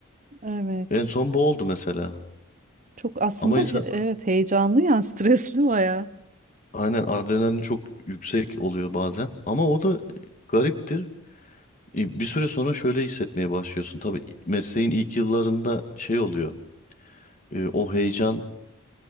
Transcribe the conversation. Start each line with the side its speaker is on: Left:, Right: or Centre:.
Right: Evet.
Left: En son bu oldu mesela.
Right: Çok aslında
Left: Ama insan
Right: he- evet heyecanlı yani <laughs> stresli bayağı.
Left: aynen adrenalin çok yüksek oluyor bazen. Ama o da gariptir. Bir süre sonra şöyle hissetmeye başlıyorsun. Tabii mesleğin ilk yıllarında şey oluyor. e, O heyecan